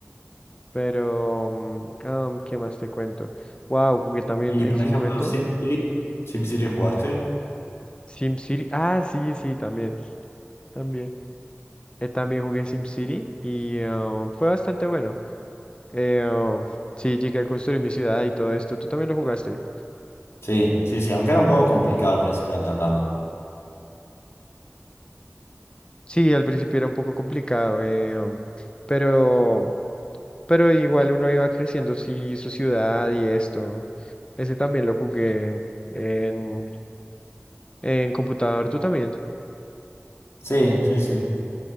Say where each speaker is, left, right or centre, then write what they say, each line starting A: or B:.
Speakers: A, on the left (about 25°); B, on the left (about 80°).
A: Pero, mm, am, ¿qué más te cuento? Wow, jugué también
B: Y
A: en
B: por
A: su
B: ejemplo,
A: momento.
B: SimCity. ¿SimCity jugaste?
A: SimCity. Ah, sí, sí, también. También. Eh, también jugué SimCity y eh, fue bastante bueno. Eh, um, sí, llegué a construir mi ciudad y todo esto. ¿Tú también lo jugaste?
B: Sí, sí, sí, aunque era un poco complicado al principio entenderlo.
A: Sí, al principio era un poco complicado, eh, um, pero, pero igual uno iba creciendo, sí, su ciudad y esto. Ese también lo jugué en, en computador, ¿tú también?
B: Sí, sí, sí.